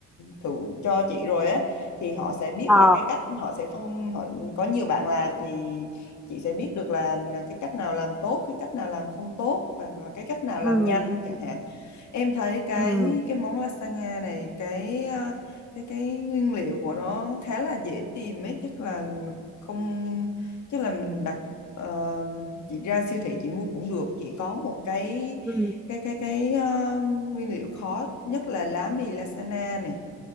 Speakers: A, on the left (about 70°); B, in the centre.
A: thử cho chị rồi á thì họ sẽ biết
B: Ờ,
A: là cái cách họ sẽ phân họ có nhiều bạn làm thì chị sẽ biết được là cái cách nào làm tốt cái cách nào làm không tốt và, và cái cách nào làm
B: ừ,
A: nhanh
B: ừ,
A: chẳng hạn em thấy cái
B: ừ,
A: cái món lasagna này cái ờ, cái cái nguyên liệu của nó khá là dễ tìm ấy chắc là không chắc là mình đặt ờ, chị ra siêu thị chị mua cũng được chị có một cái
B: ừ.
A: cái cái cái ờ, nguyên liệu khó nhất là lá mì lasagna này